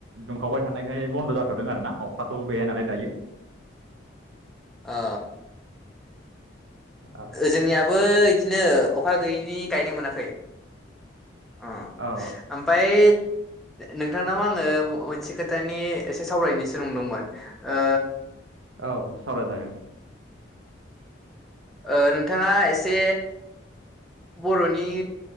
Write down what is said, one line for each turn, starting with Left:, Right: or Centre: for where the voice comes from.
Right: दुमखावबाय थानायखाय बन्द जाथदों आर ना अखाथ‌ गैया नालाय दायो
Centre: आ
Right: औ
Centre: जोंनियाबो बिदि बिदिनो अखा गैयैनि गायनो मोनाखै अ
Right: औ
Centre: ओमफ्राय नोंथांनाव आंङो मोनसे खोथानि एसे सावरायनोसो नंदोंमोन। ओ
Right: औ सावरायजागोन दे।
Centre: ओ नोंथाङा एसे बर'नि